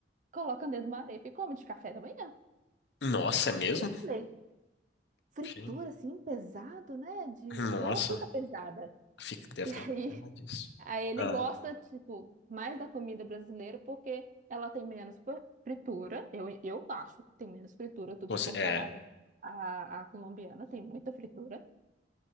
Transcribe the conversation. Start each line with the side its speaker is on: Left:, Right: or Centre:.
Right: colocam dentro de uma arepa e comem de café da manhã.
Left: Nossa, é mesmo?
Right: E eu falei, fritura
Left: Sim.
Right: assim, pesado, né? De... E
Left: Nossa,
Right: ela fica pesada.
Left: fica, deve
Right: E
Left: ficar
Right: aí,
Left: com disso.
Right: aí ele
Left: Ah,
Right: gosta, tipo, mais da comida brasileira porque ela tem menos fri- fritura. Eu, eu acho que tem menos fritura do
Left: você,
Right: que comparada
Left: é.
Right: à, à colombiana. Tem muita fritura.